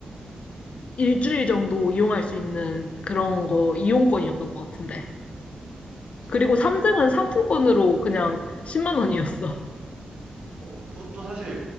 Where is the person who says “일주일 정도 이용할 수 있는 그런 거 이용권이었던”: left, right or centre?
Left